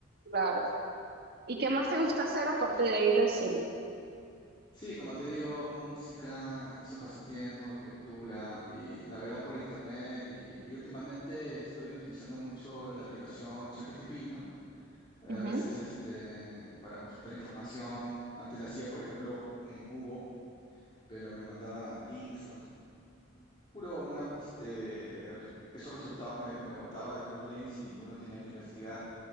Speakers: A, on the right; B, on the left.
A: claro. ¿Y qué más te gusta hacer aparte de ir al cine?
B: Sí, como te digo, música, esos pasatiempos, lectura y navegar por internet. Y, y últimamente estoy utilizando mucho la aplicación ChatGPT, ¿no? A
A: Ujú.
B: veces este, para consultar información. Antes la hacía, por ejemplo, en Google, pero me mandaba links, puro una, este, er- esos resultados me, me botaba de puros links y uno tenía que investigar.